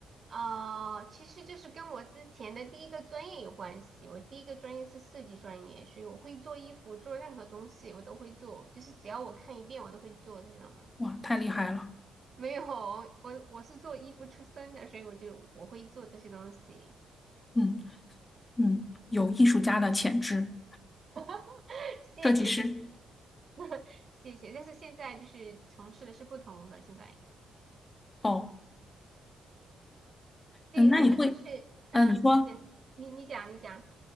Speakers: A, on the right (about 45°); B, on the left (about 20°).
A: 哦、其实就是跟我之前的第一个专业有关系，我第一个专业是设计专业，所以我会做衣服，做任何东西我都会做，就是只要我看一遍我都会做这种的。
B: 哇，太厉害了！
A: 没有，我我是做衣服出身的，所以我就我会做这些东西。
B: 嗯嗯，有艺术家的潜质，
A: <laughs> 谢谢谢谢
B: 设计师。
A: 谢谢。但是现在就是从事的是不同的，现在
B: 哦，
A: 对，
B: 嗯，那你会，
A: 那你就是啊，
B: 嗯，你说，
A: 你讲，你你讲，你讲。